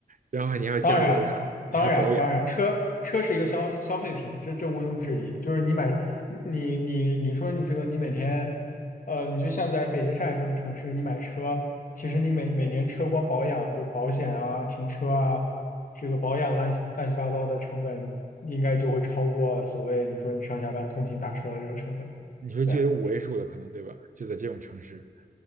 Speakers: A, on the right; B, on the left.
A: 然后你还要加油啥的，
B: 当然，
A: 你还要保养。
B: 当然，当然，车车是一个消消费品，这这毋庸置疑。就是你买，你你你说你这个，你每天，呃，你就像在北京、上海这种城市，你买车，其实你每每年车光保养，就是保险啊、停车啊，这个保养乱七乱七八糟的成本，应该就会超过所谓你说你上下班通勤打车的这个成本。
A: 你说就有五位数的可能，
B: 对。
A: 对吧？就在这种城市，